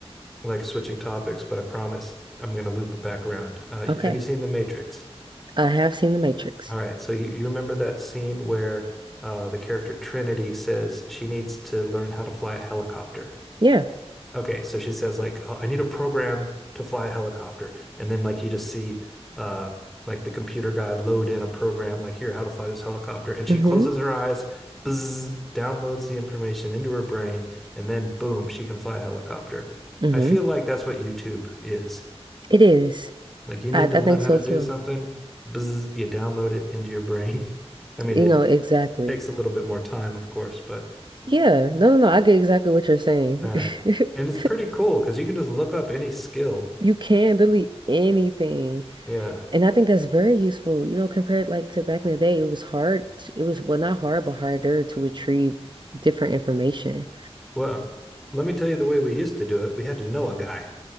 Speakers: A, in the centre; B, on the right (about 45°).
A: like switching topics, but I promise I'm going to loop it back around. Uh,
B: Okay.
A: have you seen The Matrix?
B: I have seen The Matrix.
A: All right, so you, you remember that scene where uh, the character Trinity says she needs to learn how to fly a helicopter.
B: Yeah.
A: Okay, so she says like, "Oh, I need a program to fly a helicopter, and then like you just see, uh, like the computer guy load in a program like here how to fly this helicopter, and
B: hmm
A: she closes her eyes, bzzz, downloads the information into her brain, and then boom, she can fly a helicopter.
B: hmm
A: I feel like that's what YouTube is.
B: It is.
A: Like you need
B: I, I
A: to learn
B: think
A: how
B: so
A: to do
B: too.
A: something, bzzz, you download it into your brain. <laughs> I mean,
B: You
A: it,
B: know, exactly.
A: it takes a little bit more time, of course, but
B: Yeah. No, no, no. I get exactly what you're saying.
A: all right,
B: <laughs>
A: and it's pretty cool because you can just look up any skill.
B: You can delete anything.
A: Yeah.
B: And I think that's very useful, you know, compared like to back in the day, it was hard to, it was well not hard but harder to retrieve different information.
A: Well, let me tell you the way we used to do it. We had to know a guy.